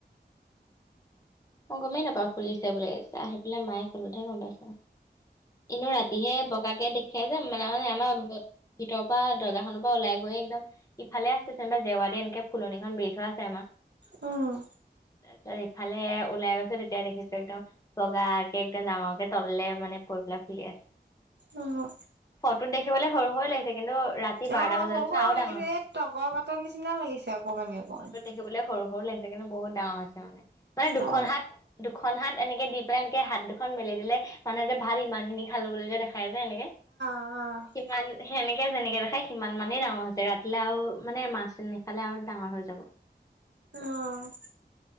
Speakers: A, on the left; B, on the right.
A: অই গমেই নাপাওঁ ফুলিছে বুলি আহি পেলাই মায়ে কলতহে গম পাইছো। এনেও ৰাতিহে বগাকে দেখে যে মানেে আমাৰ। ভিতৰৰ পৰা দৰ্জাখনৰ পৰা ওলাই গৈ একদম। ইফালে আছে যেনবা জেৱা এনেকে ফুলনিখন বৰি থোৱা আছে আমাৰ।
B: অ'।
A: তাৰপিছত ইফালে ওলাই গৈছো তেতিয়া দেখিছো একদম। বগকে একদম ডাঙৰকে তলেলে মানে পৰিবেলাক ফুলি আছে।
B: অ'।
A: ফটোত দেখিবলৈ সৰু হৈ লাগিছে কিন্তু ৰাতি। বাৰটা
B: অ
A: বজালৈকে
B: সৰু সৰু
A: আৰু
B: লাগিছে
A: ডাঙৰ হ'ব।
B: এই তগৰ পাটৰ নিচিনা লাগিছে আকৌ
A: অ
B: মানে অকমানানে।
A: ফটোত দেখিবলৈ সৰু, সৰু লাগিছে কিন্তুহুতাঙৰ আ মানে মানে দুখ।
B: অ
A: দুখন হাত দুখন হাত এনেকে দি পেলাই এনেকে হাত দুখন মেলি দিলে। মানুহে যে ভাল ইমান খিনি খালবলৈক যে দেখাই যোয় এনেকে।
B: অ'।
A: সিমান সেনেকে যেনেকে দেখায় সিমান মানেই ডাঙৰ হৈছে ৰাতিলে আৰু মানে মাছ নিশালে আৰু ডাঙৰ হৈ যাব।
B: অ'।